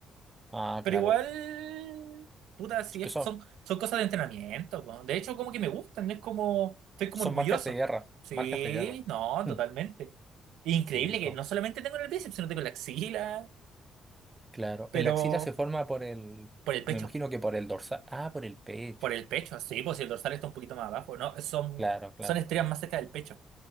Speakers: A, on the right; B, on the right.
A: Ah,
B: Pero
A: claro.
B: igual, puta, sí, es-
A: Son,
B: son, son cosas de entrenamiento. po. De hecho, como que me gustan, no es como, estoy como
A: son
B: orgulloso.
A: marcas de guerra,
B: Sí,
A: marcas de guerra.
B: no, totalmente.
A: <laughs>
B: Increíble
A: Sí,
B: que
A: pues.
B: no solamente tengo en el bíceps, sino tengo en la axila,
A: Claro,
B: pero
A: el axila se forma por el,
B: por el pecho,
A: me imagino que por el dorsal, ah, por el pecho,
B: por el pecho, sí, pues si el dorsal está un poquito más abajo, ¿no? Son,
A: claro, claro,
B: son estrellas más cerca del pecho.